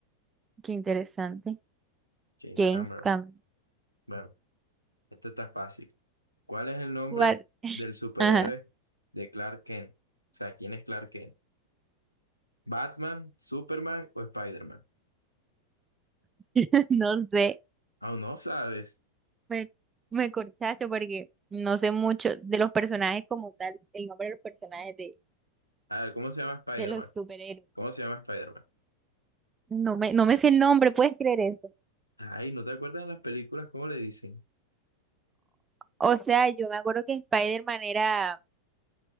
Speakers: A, on the right; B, on the left.
A: Qué interesante.
B: James
A: Gamescom.
B: Cameron. Bueno, esto está fácil. ¿Cuál es el nombre
A: ¿Cuál?
B: del superhéroe
A: Ajá.
B: de Clark Kent? O sea, ¿quién es Clark Kent? ¿Batman, Superman o Spider-Man?
A: <laughs> No sé.
B: Aún no sabes.
A: Me, me cortaste porque no sé mucho de los personajes como tal, el nombre de los personajes de,
B: A ver, ¿cómo se llama Spider-Man?
A: de los superhéroes.
B: ¿Cómo se llama Spider-Man?
A: No me, no me sé el nombre, ¿puedes creer eso?
B: Ay, ¿no te acuerdas en las películas cómo le dicen?
A: O sea, yo me acuerdo que Spider-Man era,